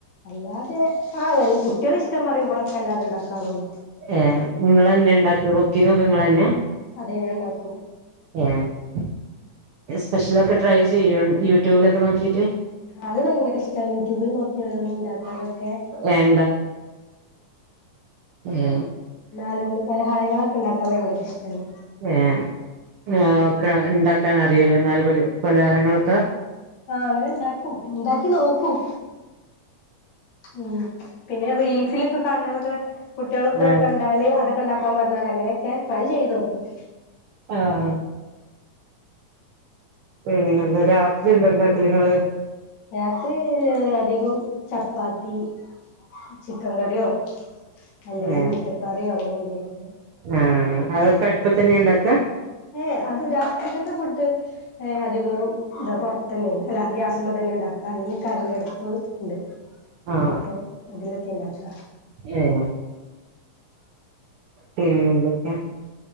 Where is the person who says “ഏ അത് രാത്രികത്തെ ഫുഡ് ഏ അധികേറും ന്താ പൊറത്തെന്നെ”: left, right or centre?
Left